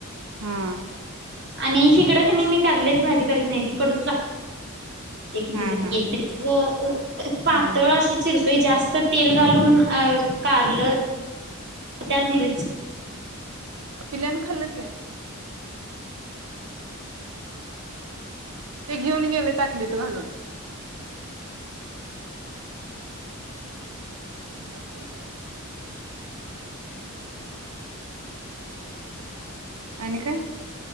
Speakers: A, on the right; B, on the right.
A: हा
B: आणि ही हिकड, कनई मी त्याजी भाजी करायची नाही ती कडूच लाग ते किती,
A: हा
B: जरी
A: हा
B: केले, ग <unintelligible> पातळ
A: हा
B: अशी चिर ते जास्त तेल घालून अं कारलं त्यात मिर
A: पिल्यानं खाल्ल की, ते घेऊन गेले, ताटलीत घालून <unintelligible> आणि काय